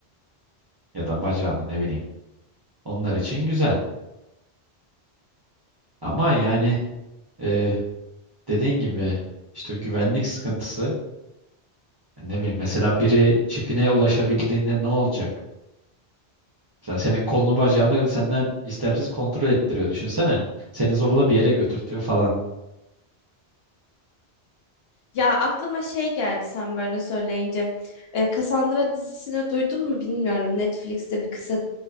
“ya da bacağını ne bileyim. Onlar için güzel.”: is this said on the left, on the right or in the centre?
Right